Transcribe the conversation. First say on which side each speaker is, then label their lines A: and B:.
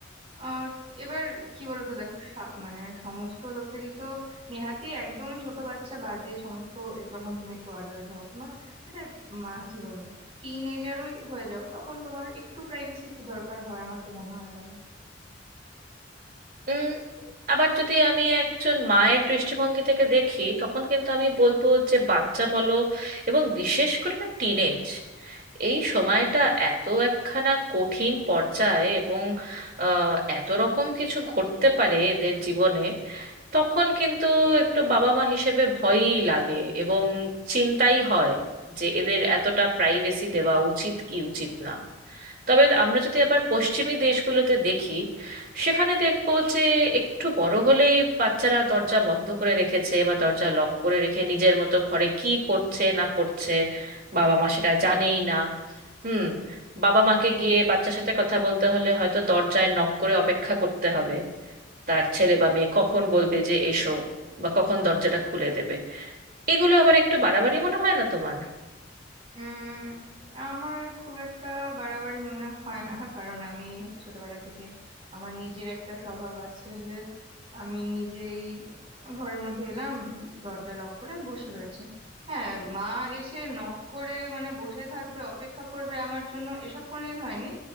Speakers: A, on the right; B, on the right.
A: আহ এবার কি বলতো দেখো সা- মানে সমস্ত লোকেরই তো নেহাতি একদম ছোট বাচ্চা বাদে সমস্ত যখন তুমি একটু অ্যাডাল্ট হও কিংবা এটা মা কি বলবো টিন এজারই হয়ে যাও তখন তোমার একটু প্রাইভেসির তো দরকার হয় আমার তো মনে হয় তাই
B: উম, আবার যদি আমি একজন মায়ের দৃষ্টিভঙ্গি থেকে দেখি তখন কিন্তু আমি বলবো যে বাচ্চা বলো এবং বিশেষ করে টিনেজ এই সময়টা এত একখানা কঠিন পর্যায়ে এবং আহ, এত রকম কিছু ঘটতে পারে এদের জীবনে তখন কিন্তু একটু বাবা মা হিসেবে ভয়ই লাগে এবং চিন্তাই হয় যে এদের এতটা প্রাইভেসি দেওয়া উচিত কি উচিত না তবে আমরা যদি আবার পশ্চিমী দেশগুলোতে দেখি সেখানে দেখব যে একটু বড় হলেই বাচ্চারা দরজা বন্ধ করে রেখেছে বা দরজা লক করে রেখে নিজের মতো ঘরে কি করছে না করছে বাবা মা সেটা জানেই না হুম বাবা মাকে গিয়ে বাচ্চার সাথে কথা বলতে হলে হয়তো দরজায় নক করে অপেক্ষা করতে হবে তার ছেলে বা মেয়ে কখন বলবে যে এসো বা কখন দরজাটা খুলে দেবে এগুলো আবার একটু বাড়াবাড়ি মনে হয় না তোমার
A: উম আমার খুব একটা বাড়াবাড়ি মনে হয় না কারণ আমি ছোটবেলা থেকে আমার নিজের একটা স্বভাব আছে যে আমি নিজেই ঘরের মধ্যে এলাম দরজা লক করে বসে রয়েছে হ্যাঁ মা এসে নক করে মানে বসে থাকবে অপেক্ষা করবে আমার জন্য এসব কোনোদিন হয়নি